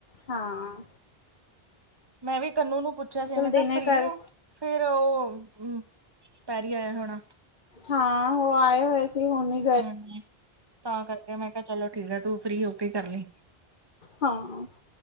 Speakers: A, on the left; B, on the right.
A: <unintelligible> ਹਾਂ।
B: ਮੈਂ ਵੀ ਕੰਨੂੰ ਨੂੰ ਪੁੱਛੇਆ ਸੀ,
A: ਚੱਲ
B: ਮੈਂ
A: ਦਿਨੇ
B: ਕੇਆ ਫ੍ਰੀ
A: ਕਰ
B: ਐ? ਫੇਰ, ਓ <inaudible> ਪੈਰੀ ਆਯਾ ਹੋਣਾ?
A: ਹਾਂ, ਓ ਆਏ ਹੋਏ ਸੀ ਹੋਨੀ
B: ਹੂੰ, ਤਾ ਕਰਕੇ ਮੈ ਕੇਆ, ਚਲੋ ਠੀਕ ਐ ਤੂੰ ਫ੍ਰੀ ਹੋਕੇ ਈ ਕਰਲੀਂ।
A: ਹਾਂ।